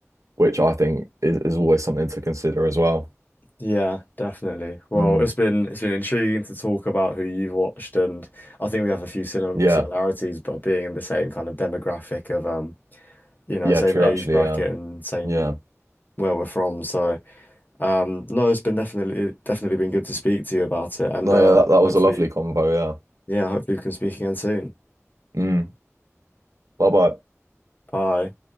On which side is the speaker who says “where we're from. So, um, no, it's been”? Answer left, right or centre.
Left